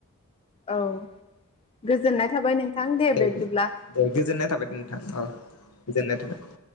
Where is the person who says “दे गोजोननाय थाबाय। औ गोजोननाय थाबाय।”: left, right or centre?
Left